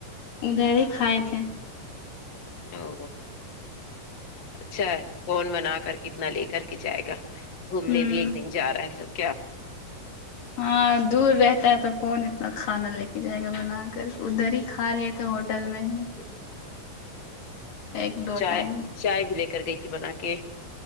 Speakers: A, on the left; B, on the left.
A: ادھر ہی کھائے تھے
B: او اچھا ہے کون بنا کر کتنا لے کر کے جائے گا گھومنے
A: ہوں
B: بھی ایک دن جا رہا ہے تو کیا
A: ہاں دور رہتا ہے تو کون اتنا کھانا لے کے جائے گا بنا کر ادھر ہی کھا لیے تھے ہوٹل میں ہی ایک دو
B: چائے
A: ٹائم
B: چائے بھی لے کر گئی تھی بنا کے